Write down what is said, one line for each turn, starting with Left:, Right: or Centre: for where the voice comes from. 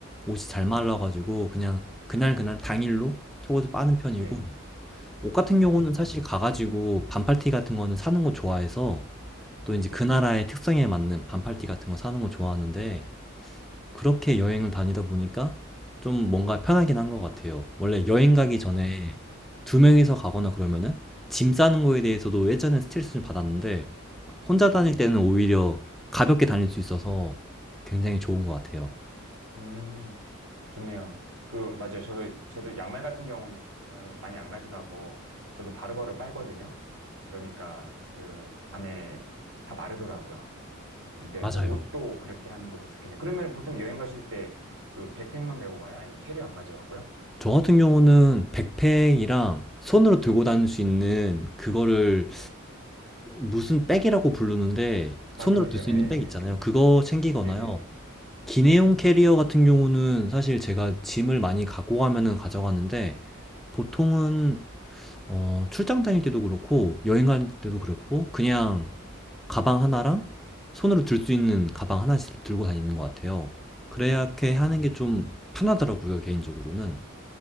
Centre: 옷이 잘
Right: 네,
Centre: 말라가지고 그냥 그날 그날 당일로 속옷을 빠는 편이고
Right: 네.
Centre: 옷 같은
Right: 아,
Centre: 경우는
Right: 좋네요.
Centre: 사실 가가지고 반팔티 같은 거는 사는 거 좋아해서 또 이제
Right: 네.
Centre: 그 나라의 특성에 맞는 반팔티 같은 거 사는 거 좋아하는데 그렇게 여행을 다니다 보니까 좀 뭔가 편하긴 한 것 같아요. 원래 여행 가기 전에
Right: 어,
Centre: 두 명이서
Right: 네,
Centre: 가거나 그러면은 짐 싸는 거에 대해서도 예전에 스트레스 좀 받았는데 혼자
Right: 네.
Centre: 다닐 때는 오히려 가볍게 다닐 수 있어서 굉장히 좋은 것 같아요.
Right: 음, 좋네요. 그, 맞아요. 저도, 저도 양말 같은 경우는 많이 안 가져가고, 저도 바로바로 빨거든요. 그러니까, 그, 밤에 다 마르더라고요. 근데
Centre: 맞아요.
Right: 옷도 그렇게 하는 것도 좋겠네요. 그러면 보통 여행 가실 때, 그, 백팩만 메고 가요? 아니면 캐리어 안 가져가고요?
Centre: 저 같은 경우는 백팩이랑 손으로 들고 다닐 수 있는 그거를
Right: 네.
Centre: 무슨 백이라고 부르는데 손으로
Right: 맞아요, 맞아요.
Centre: 들 수
Right: 예,
Centre: 있는 백 있잖아요. 그거 챙기거나요.
Right: 네, 네, 네.
Centre: 기내용 캐리어 같은 경우는 사실 제가 짐을 많이 갖고 가면은 가져가는데 보통은
Right: 아,
Centre: 어, 출장 다닐 때도 그렇고 여행 갈 때도
Right: 네.
Centre: 그렇고 그냥 가방 하나랑 손으로 들 수 있는 가방 하나씩 들고 다니는 것 같아요. 그래야 이렇게
Right: 어,
Centre: 하는 게 좀 편하더라고요, 개인적으로는.